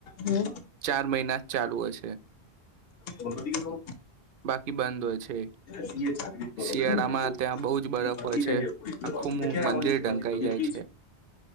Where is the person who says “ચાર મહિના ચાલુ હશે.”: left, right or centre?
Right